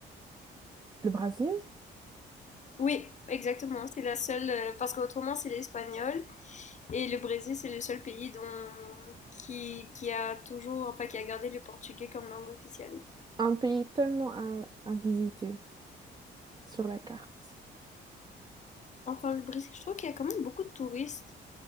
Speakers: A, on the right (about 20°); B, on the left (about 35°).
A: Le Brésil,
B: Oui, exactement, c'est la seule, euh, parce qu'autrement c'est l'espagnol, et le Brésil c'est le seul pays dont, qui, qui a toujours, enfin qui a gardé le portugais comme langue officielle.
A: un pays tellement à, à visiter sur la carte.
B: Enfin, le Brésil, je trouve qu'il y a quand même beaucoup de touristes.